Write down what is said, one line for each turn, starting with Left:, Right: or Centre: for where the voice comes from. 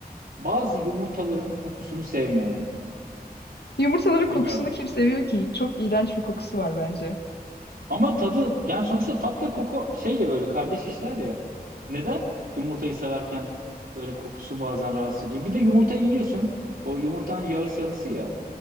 Right: bazı yumurtaların kokusunu sevmiyorum.
Left: Yumurtaların kokusunu
Right: Bilmiyorum.
Left: kim seviyor ki? Çok iğrenç bir kokusu var bence.
Right: Ama tadı yani sonuçta tatla koku şey ya böyle kardeş işler ya. Neden? Yumurtayı severken böyle kokusu bazen rahatsız ediyor. Bir de yumurtayı yiyorsun. O yumurtanın yağı sarısı ya.